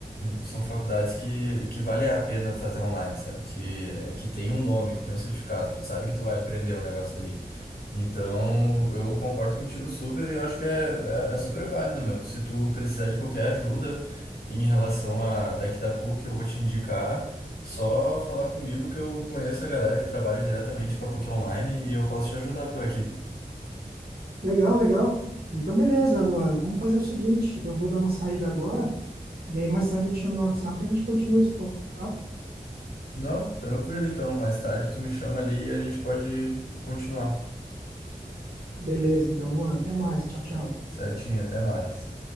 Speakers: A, on the left (about 85°); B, on the right (about 85°).
A: são faculdades que que vale a pena fazer online, sabe? Que é que tem um nome, que tem um certificado, que tu sabe que tu vai aprender um negócio ali. Então, eu concordo contigo super e eu acho que é, é, é super válido, meu. Se tu precisar de qualquer ajuda em relação a daqui da PUC, eu vou te indicar. Só falar comigo que eu conheço a galera que trabalha diretamente com a PUC Online e eu posso te ajudar por aqui.
B: Legal, legal. Então, beleza, Lua, vamos fazer o seguinte: eu vou dar uma saída agora, e aí mais tarde eu te chamo no WhatsApp e a gente continua esse papo.
A: Não, tranquilo então. Mais tarde tu me chama ali e a gente pode continuar.
B: Beleza, então, Luan. Até mais. Tchau, tchau.
A: Certinho, até mais.